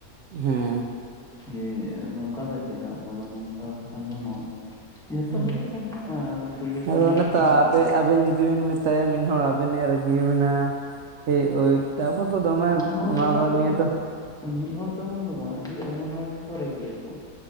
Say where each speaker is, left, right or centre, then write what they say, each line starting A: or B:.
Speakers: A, on the right; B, in the centre.
A: ᱦᱩᱸ,
B: ᱡᱮ ᱱᱚᱝᱠᱟ ᱫᱚ ᱪᱮᱫᱟᱜ ᱟᱵᱚ ᱫᱚ ᱱᱚᱝᱠᱟ ᱠᱷᱟᱱ ᱫᱚ ᱱᱚᱣᱟ᱾ ᱡᱚᱛᱚ
A: ᱦᱮᱸ
B: ᱨᱮᱱᱟᱜ ᱜᱮ ᱢᱮᱫᱴᱟᱝ ᱴᱟᱝ ᱥᱚᱞᱚᱥᱚᱱ
A: ᱟᱫᱚ
B: ᱫᱚ
A: ᱚᱱᱮ
B: ᱛᱟᱦᱮᱸᱱ
A: ᱛᱚ
B: ᱜᱮᱭᱟ,
A: ᱟᱯᱮ ᱟᱵᱮᱱ ᱡᱩᱫᱤ ᱵᱮᱱ ᱢᱮᱛᱟᱭᱟ ᱢᱤᱫ ᱦᱚᱲ ᱟᱵᱮᱱᱼᱮ ᱨᱟᱹᱜᱤᱭᱟᱵᱤᱱᱟ ᱦᱮ ᱚᱭ ᱛᱟᱵᱚ ᱫᱚ ᱫᱚᱢᱮ
B: ᱢᱤᱫ ᱦᱚᱲ
A: ᱚᱱᱟ
B: ᱥᱩᱢᱩᱝ
A: ᱫᱚ ᱱᱤᱭᱟᱹ
B: ᱵᱟᱝ
A: ᱫᱚ᱾
B: ᱢᱤᱫ ᱦᱚᱲ ᱥᱩᱢᱩᱝ ᱫᱚ ᱵᱟᱝᱼᱟ, ᱟᱹᱰᱤ ᱟᱭᱢᱟ ᱦᱚᱲ ᱜᱮᱠᱚ ᱨᱟᱹᱜᱤ ᱭᱟᱠᱚᱣᱟ᱾